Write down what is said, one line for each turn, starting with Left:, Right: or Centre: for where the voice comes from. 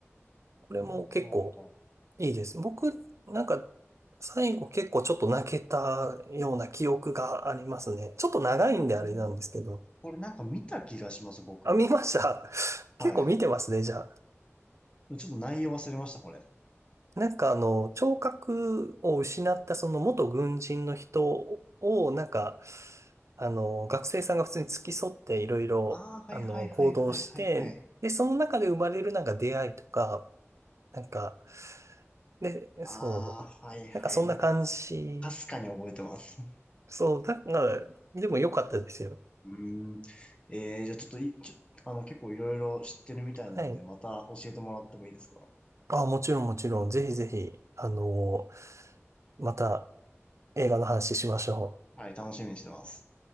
Right: これも結構
Left: ほうほうほう。
Right: いいです。僕、なんか、最後結構ちょっと泣けたような記憶がありますね。ちょっと長いんであれなんですけど。
Left: あのーこれなんか見た気がします、僕。
Right: あ、見ました。<laughs> 結構見てますね、
Left: はい。
Right: じゃあ。
Left: ちょっと内容忘れました、これ。
Right: なんかあの、聴覚を失ったその元軍人の人を、なんか、あの、学生さんが普通に付き添っていろいろ、
Left: ああ、はいはいはいはいはいはい。
Right: あの、行動して、で、その中で生まれるなんか出会いとか、なんか、で、
Left: ああ、
Right: そう、
Left: はいはい。
Right: なんかそんな感じ。
Left: なんか、かすかに覚えてます。<laughs>
Right: そう、だから、でも良かったですよ。
Left: うーん。えー、じゃあちょっとい、ちょ、あの、結構いろいろ知ってるみたいなので、
Right: はい。
Left: また教えてもらってもいいですか
Right: あ、もちろんもちろん、ぜひぜひ、あの、また映画の話しましょう。
Left: はい、楽しみにしてます。